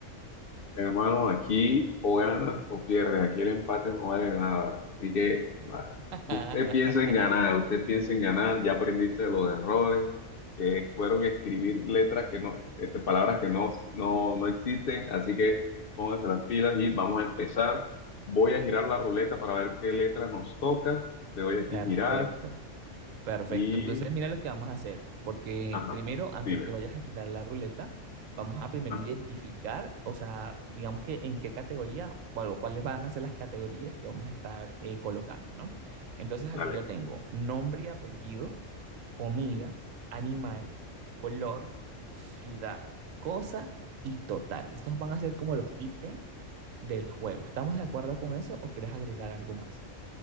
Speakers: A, on the left (about 60°); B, on the right (about 85°).
A: Hermano, aquí o ganas o pierdes, aquí el empate no vale nada, así que va,
B: <laughs>
A: usted piensa en ganar, usted piensa en ganar, ya aprendiste de los errores, que fueron escribir letras que no, este, palabras que no, no, no existen, así que póngase las pilas y vamos a empezar. Voy a girar la ruleta para ver qué letra nos toca, le doy aquí
B: Perfecto.
A: girar
B: Perfecto,
A: y,
B: entonces mira lo que vamos a hacer, porque
A: ajá,
B: primero, antes
A: dime,
B: que vayas a girar la ruleta, vamos a primero
A: ajá,
B: identificar, o sea, digamos que en qué categoría, bueno, cuáles van a ser las categorías que vamos a estar eh, colocando, ¿no? Entonces
A: dale,
B: aquí yo tengo nombre y apellido, comida, animal, color, ciudad, cosa y total. Estos van a ser como los ítems del juego. ¿Estamos de acuerdo con eso o quieres agregar algo más?